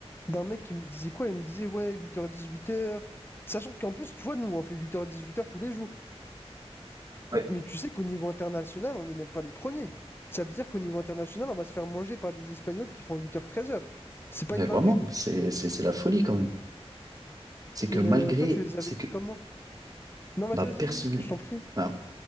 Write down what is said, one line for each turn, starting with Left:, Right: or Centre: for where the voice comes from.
Left: d'un mec qui me disait quoi? Il me disait, ouais, 8h-18h. Sachant qu'en plus, tu vois, nous, on fait 8h-18h tous les jours.
Right: Ouais.
Left: Mais tu sais qu'au niveau international, on n'est même pas les premiers. Ça veut dire qu'au niveau international, on va se faire manger par des Espagnols qui font 8h-13h. C'est pas
Right: Mais
Left: une
Right: vraiment,
Left: dinguerie.
Right: c'est c'est- c'est la folie quand même. C'est que
Left: Et
Right: malgré,
Left: euh, toi, tu les as
Right: c'est
Left: vécus
Right: que
Left: comment? Non, vas-y,
Right: Bah,
Left: vas-y,
Right: personne...
Left: vas-y, je t'en prie.
Right: Alors,